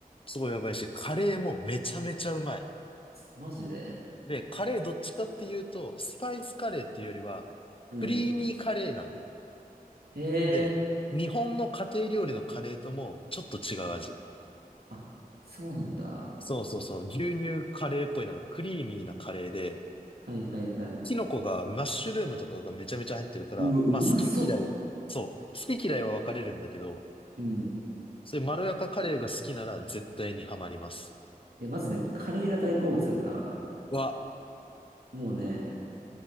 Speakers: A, on the left (about 35°); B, on the right (about 85°).
A: すごいやばいし、カレーもめちゃめちゃうまい。
B: マジで。
A: で、カレーどっちかっていうと、スパイスカレーっていうよりは、
B: うん。
A: クリーミーカレーなの。
B: へえ。
A: で、日本の家庭料理のカレーともちょっと違う味。
B: あ、そうなんだ。
A: そうそうそう、牛乳カレーっぽいなんかクリーミーなカレーで、
B: はいはいはい。
A: キノコが、マッシュルームとかがめちゃめちゃ入ってるから、
B: うわ、うまそ
A: まあ好き嫌い、そう、好き嫌いは分かれるんだけど、
B: う。うん。い
A: そういうまろやかカレーが好きなら絶対にハマります。
B: や、まずね、カレーが大好物だから、
A: わ、
B: もうね、